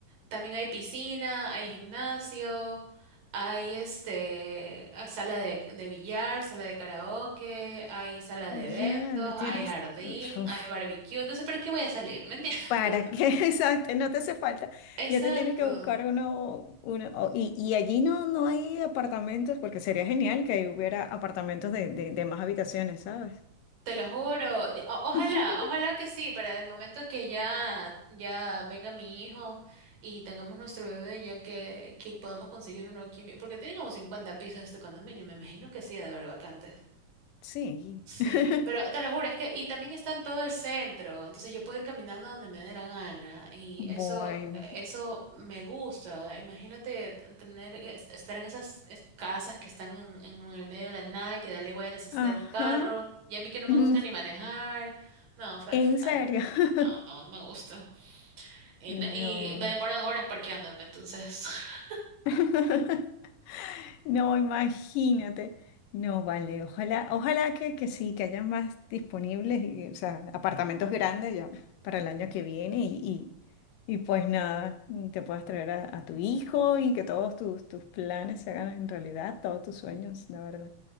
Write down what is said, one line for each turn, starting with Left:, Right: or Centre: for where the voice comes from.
Right: también hay piscina, hay gimnasio, hay este a- sala de, de billar, sala de karaoke, hay sala de eventos,
Left: Ya, lo tienes.
Right: hay jardín,
Left: Uf.
Right: hay barbecue. Entonces, ¿para qué voy a salir? ¿Me entiendes? <laughs>
Left: ¿Para que <laughs> Exacto, no te hace falta.
Right: Exacto.
Left: Ya te tienes que buscar uno, uno o- y, y allí no, no hay apartamentos, porque sería genial que ahí hubiera apartamentos de, de, de más habitaciones, ¿sabes?
Right: Te lo juro. Ya- o- Ojalá,
Left: <laughs>
Right: ojalá que sí, para el momento que ya, ya venga mi hijo y tengamos nuestro bebé, ya que, que podamos conseguir uno aquí, mi- porque tiene como 50 pisos este condominio, y me imagino que sí, ha de haber vacantes.
Left: Sí.
Right: Sí,
Left: <laughs>
Right: pero te lo juro, es que, y también está en todo el centro, entonces yo puedo ir caminando donde me dé la gana, y
Left: Bueno.
Right: eso, eso me gusta. Imagínate t- tener, es- estar en esas es- casas que están en, en el medio de la nada y que dale voy a necesitar
Left: Ajá.
Right: un carro, y a mí que no me
Left: Mm,
Right: gusta ni manejar, no, fue
Left: ¿En
Right: fatal.
Left: serio? <laughs>
Right: No, no, no me gusta. Y,
Left: No.
Right: n- y me demoro dos horas parqueándome, entonces. <laughs>
Left: <laughs> No, imagínate. No, vale, ojalá, ojalá que, que sí, que hayan más disponibles, y, o sea, apartamentos grandes ya para el año que viene y, y, y pues nada, te puedas traer a, a tu hijo y que todos tus, tus planes se hagan en realidad, todos tus sueños, la verdad.